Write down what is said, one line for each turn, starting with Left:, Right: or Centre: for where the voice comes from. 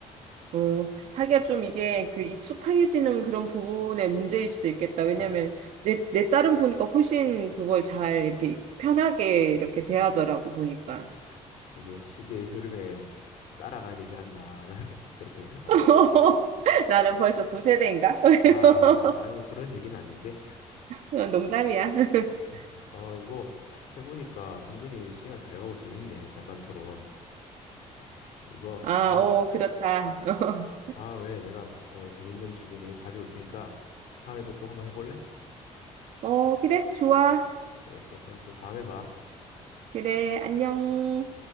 Right: 어, 하기가 좀 이게 그 익숙해지는 그런 부분의 문제일 수도 있겠다. 왜냐면
Left: 그러니까
Right: 내, 내 딸은 보니까 훨씬 그걸 잘 이렇게 편하게 이렇게 대하더라고, 보니까.
Left: 음, 이게 시대의 흐름에 따라가야 되지 않나 나는 <laughs> 그렇게 생각하거든.
Right: <laughs> 나는 벌써 9세대인가? <laughs>
Left: 아, 아이 뭐 그런 얘기는 아닌데.
Right: 어, 농담이야. <laughs>
Left: 네. 어, 이거 해보니까 은근히 시간 잘 가고 재밌네. 찬반 토론. 이거
Right: 아,
Left: 다
Right: 어, 그렇다. <laughs>
Left: 다음에 내가 더 재밌는 주제 몇 개 가져올 테니까 다음에 또 또 한번 해볼래?
Right: 어, 그래, 좋아.
Left: 알겠어. 그럼 또 다음에 봐.
Right: 그래, 안녕.